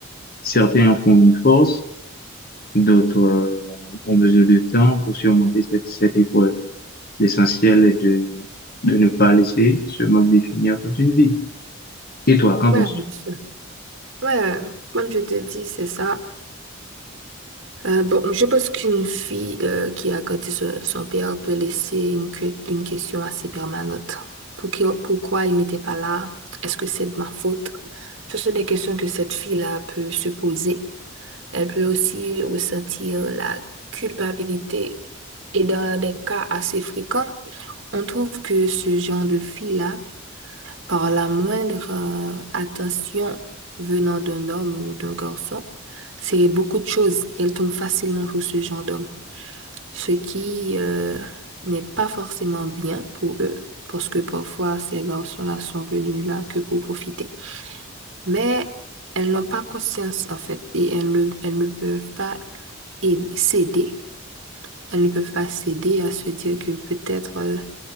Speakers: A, on the left (about 45°); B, on the right (about 60°).
A: Certains en font une force, d'autres euh, ont besoin de temps pour surmonter cette, cette épreuve. L'essentiel est de, de ne pas laisser ce manque définir toute une vie. Et toi, qu'en
B: Ouais,
A: penses-tu?
B: bien sûr. Ouais, comme je te dis, c'est ça. Euh, bon, je pense qu'une fille euh, qui a grandi sur son père peut laisser une, que- une question assez permanente. Pour qui- pourquoi il n'était pas là? Est-ce que c'est de ma faute? Ce sont des questions que cette fille-là peut se poser. Elle peut aussi ressentir la culpabilité. Et dans des cas assez fréquents, on trouve que ce genre de fille-là par la moindre euh, attention venant d'un homme ou d'un garçon, c'est beaucoup de choses. Elle tombe facilement pour ce genre d'homme, ce qui euh, n'est pas forcément bien pour eux, parce que parfois ces garçons-là sont venus là que pour profiter. Mais elles n'ont pas conscience en fait, et elles ne, elles ne peuvent pas aid- céder. Elles ne peuvent pas céder à se dire que peut-être euh,